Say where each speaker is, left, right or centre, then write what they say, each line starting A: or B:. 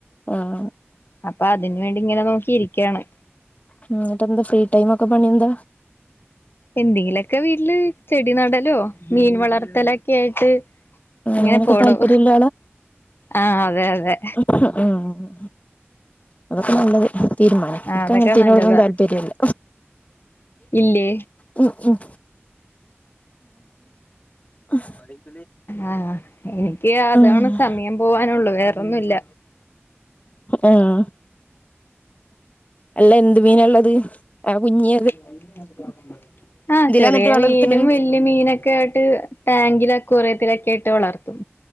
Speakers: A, on the left; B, on the left.
A: ആഹ്
B: അപ്പൊ അതിന് വേണ്ടി ഇങ്ങനെ നോക്കി ഇരിക്കാണ്
A: ഉം ഇന്നിട്ട് എന്താ ഫ്രീ ടൈം ഒക്കെ പണിയെന്താ
B: എന്തെങ്കിലൊക്കെ വീട്ടില് ചെടി നടലോ മീൻ വളർത്തലൊക്കെ ആയിട്ട് അങ്ങനെ
A: അങ്ങനെയൊക്കെ
B: പോണു
A: താല്പര്യള്ള
B: ആഹ് അതെ അതെ
A: ആഹ് അതൊക്കെ നല്ലത് തീരുമാനം
B: ആഹ്
A: ഇൻക്കങ്ങൻത്തീനോടൊന്നും
B: അതൊക്കെ നല്ലതാ
A: താല്പര്യല്ല
B: ഇല്ലേ
A: ഉം ഉം <unintelligible>
B: ആഹ ഇനിക്ക് അതാണ്
A: ആഹ്
B: സമയം പോവാനുള്ളു വേറൊന്നുല്ല
A: ആഹ അല്ല എന്ത് മീനാ ഇള്ളത് ആഹ് കുഞ്ഞി
B: <unintelligible> ആഹ ചെറിയ
A: എന്നിട്ട് വളർത്തണ്
B: മീനും വല്യ മീനൊക്കെ ആയിട്ട് ടാങ്കിലൊ അക്വാറിയത്തിലൊക്കെ ആയിട്ട് വളർത്തും